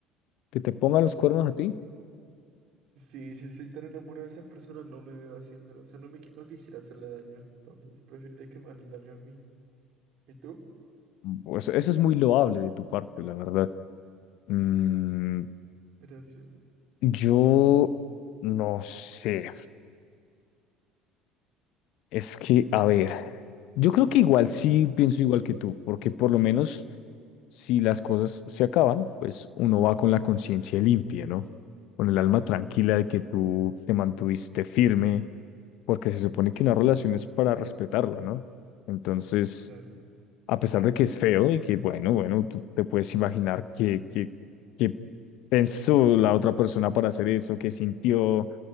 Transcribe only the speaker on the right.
No
sé.
Sí, si estoy tan enamorado de esa persona, no me veo haciéndolo. O sea, no me qui- no quisiera hacerle daño. Entonces, preferiría que me hagan el daño a mí. ¿Y tú?
Gracias.
Claro.